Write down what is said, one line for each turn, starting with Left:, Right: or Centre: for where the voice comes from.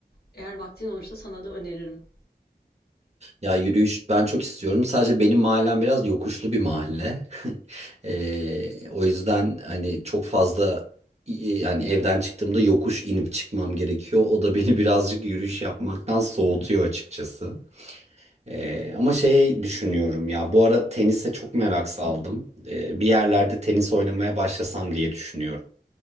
Left: Eğer vaktin olursa sana da öneririm.
Right: Ya yürüyüş ben çok istiyorum. Sadece benim mahallem biraz yokuşlu bir mahalle. <laughs> Ee, o yüzden hani çok fazla e, hani evden çıktığımda yokuş inip çıkmam gerekiyor. O da beni <laughs> birazcık yürüyüş yapmaktan soğutuyor açıkçası. Ee, ama şey düşünüyorum ya bu ara tenise çok merak saldım. Ee, bir yerlerde tenis oynamaya başlasam diye düşünüyorum.